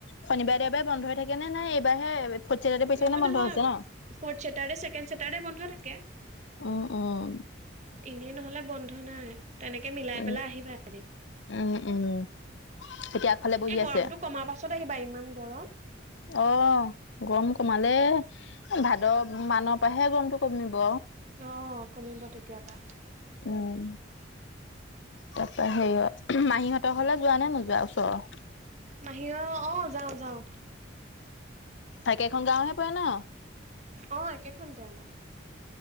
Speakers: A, on the left (about 70°); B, on the right (about 35°).
A: শনিবাৰে, দেওবাৰে বন্ধ হৈ থাকে নে? নে এইবাৰহে ফৰ্থ চেটাৰডে পৰিছে
B: নহয়,
A: কাৰণে বন্ধ
B: নহয়।
A: হৈছে ন?
B: ফৌৰ্থ ছেটাৰডে, ছেকেণ্ড ছেটাৰডে বন্ধ থাকে।
A: অঁ, অঁ।
B: এনেই নহলে বন্ধ নাই তেনেকে মিলাই
A: উম
B: পেলাই আহিবা এদিন।
A: উম উম এতিয়া আগফালে বহি
B: এই গৰমটো
A: আছে।
B: কমাৰ পাছত আহিবা ইমান গৰম।
A: অ' গৰম কমালে। এই ভাদ মানৰ পাহে গৰমটো কমিব।
B: অঁ', কমিব তেতিয়াপা।
A: উম' তাপা হেৰিয়- মাহীহঁতৰ ঘৰলে যোৱা নে নোযোৱা ওচৰ?
B: মাহীঅ অঁ' যাওঁ যাওঁ।
A: একে খন গাঁৱহে পৰে ন?
B: অঁ' একেখন তে আমা।